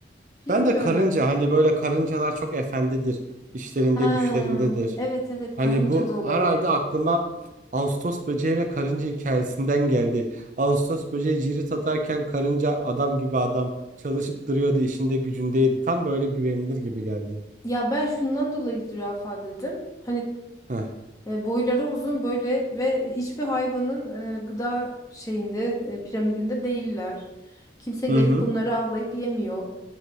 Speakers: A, on the left; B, on the right.
A: Bilmiyorum.
B: Ben de karınca hani böyle karıncalar çok efendidir. işlerinde
A: Ha,
B: güçlerindedir.
A: evet evet
B: Hani
A: karınca
B: bu
A: da olabilir.
B: herhalde aklıma Ağustos böceği ve karınca hikayesinden geldi. Ağustos böceği cirit atarken karınca adam gibi adam çalışıp duruyordu işinde gücündeydi. Tam böyle güvenilir gibi geldi.
A: Ya ben şundan dolayı zürafa dedim. Hani
B: Heh.
A: e, boyları uzun böyle ve hiçbir hayvanın e, gıda şeyinde e, piramidinde değiller. Kimse gelip
B: Hı hı
A: bunları avlayıp yemiyor.